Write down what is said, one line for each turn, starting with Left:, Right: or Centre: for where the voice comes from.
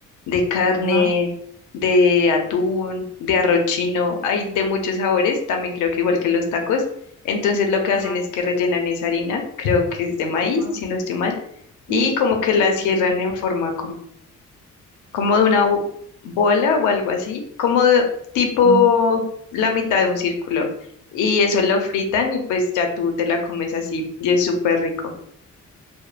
Left: de carne,
Right: ajá,
Left: de atún, de arroz chino, hay de muchos sabores, también creo que igual que los tacos. Entonces lo que
Right: ajá,
Left: hacen es que rellenan esa harina, creo que es de maíz,
Right: ajá,
Left: si no estoy mal, y
Right: ujú,
Left: como que la cierran
Right: ujú,
Left: en forma como de una bo- bola o algo así, como de tipo
Right: ajá.
Left: la mitad de un círculo. Y eso lo fritan y pues ya tú te la comes así y es súper rico.